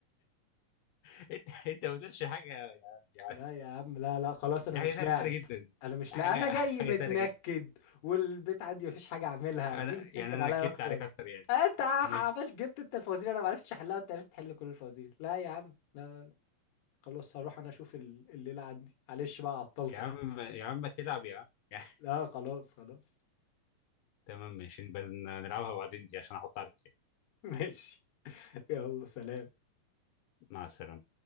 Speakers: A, on the left; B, on the left.
A: <laughs> انت انت ما بتقولش حاجه يعني يعني
B: لا يا عم لا لا خلاص
A: دي
B: انا مش
A: حاجه
B: لاعب
A: سهله جدا
B: انا مش
A: حاجه
B: لا انا جاي
A: حاجه
B: متنكد
A: سهله جدا
B: والبيت عندي مفيش حاجه اعملها
A: انا
B: تيجي تنكد
A: يعني انا
B: عليا
A: اكدت
B: اكتر
A: عليك اكتر يعني
B: أه، انت
A: ماشي
B: عملت جبت انت الفوازير انا معرفتش احلها وانت عرفت تحل كل الفوازير لا يا عم لا لا لا. خلاص هروح انا اشوف ال- الليله عندي معلش بقى عطلتك
A: يا عم يا عم ما تلعب يا عم <laughs> يا-
B: لا خلاص خلاص
A: تمام ماشي نبقى نلعبها بعدين دي عشان احط عليك تاني
B: <laughs> ماشي يلا سلام
A: مع السلامة